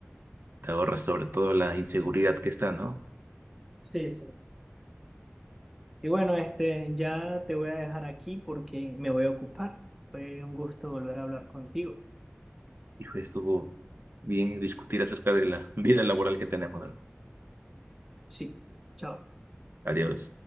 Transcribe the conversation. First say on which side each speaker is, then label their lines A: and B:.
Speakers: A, on the right; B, in the centre.
A: te ahorras sobre todo la inseguridad que está, ¿no?
B: Sí, sí. Y bueno, este, ya te voy a dejar aquí porque me voy a ocupar. Fue un gusto volver a hablar contigo.
A: Hijo, estuvo bien discutir acerca de la <laughs> vida laboral que tenemos. ¿no?
B: Sí, chao.
A: Adiós.